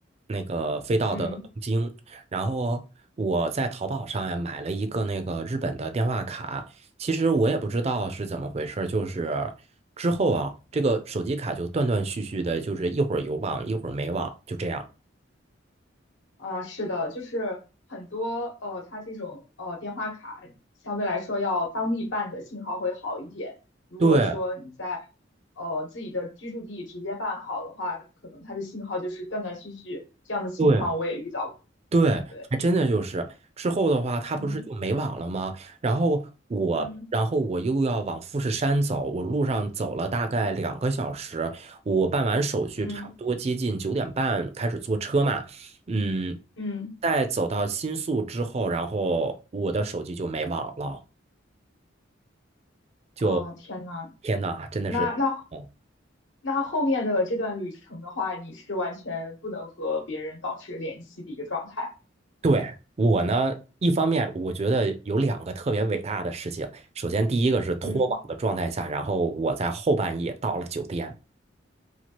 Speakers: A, on the right (about 35°); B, on the left (about 85°).
A: 那个飞到的东京，
B: 嗯，
A: 然后我在淘宝上呀买了一个那个日本的电话卡。其实我也不知道是怎么回事儿就是之后啊，这个手机卡就断断续续的，就是一会儿有网，一会儿没网，就这样。
B: 啊、是的，就是很多呃，它这种呃电话卡相对来说要当地办的信号会好一点。如果说你在
A: 对
B: 呃自己的居住地直接办好的话，可能它的信号就是断断续续，这样的情况我也遇到过。
A: 对，对，
B: 对，
A: 还真的就是之后的话，他不是就没网了吗？
B: 嗯
A: 然后我，
B: 嗯
A: 然后我又要往富士山走，我路上走了大概两个小时，我办完手续，
B: 嗯
A: 差不多接近九点半开始坐车嘛，嗯，
B: 嗯，
A: 在走到新宿之后，然后我的手机就没网了，就
B: 哦，天呐，
A: 天呐，真的是，
B: 那那
A: 嗯
B: 那后面的这段旅程的话，你是完全不能和别人保持联系的一个状态。
A: 对，我呢，一方面我觉得有两个特别伟大的事情。首先，第一个是脱网的状态下，
B: 嗯
A: 然后我在后半夜到了酒店。